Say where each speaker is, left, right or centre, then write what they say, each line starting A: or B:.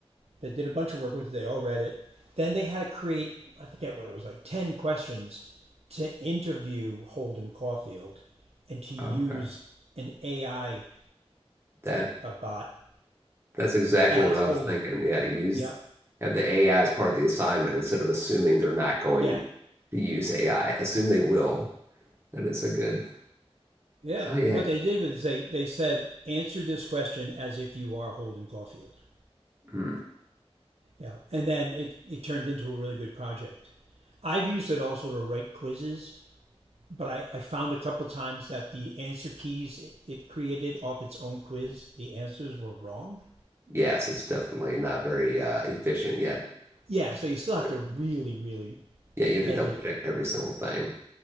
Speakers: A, on the right (about 75°); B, on the right (about 25°).
A: they did a bunch of work with it. They all read it. Then they had to create I forget what it was like ten questions to interview Holden Caulfield and to use
B: Okay.
A: an AI
B: That
A: a I bot
B: that's exactly
A: as
B: what I
A: Holden.
B: was thinking. Yeah, use
A: Yeah,
B: have the AI as part of the assignment instead of assuming they're not going
A: yeah.
B: to use AI. Assume they will. That is a good.
A: Yeah,
B: Oh yeah.
A: and what they did was they they said answer this question as if you are Holden Caulfield.
B: Hmm.
A: Yeah, and then it it turned into a really good project. I've used it also to write quizzes, but I, I found a couple times that the answer keys it, it created off its own quiz, the answers were wrong.
B: Yes, it's definitely not very uh, efficient yet.
A: Yeah, so you still
B: Point.
A: have to really, really
B: Yeah, you have to
A: edit
B: double
A: it.
B: check every single thing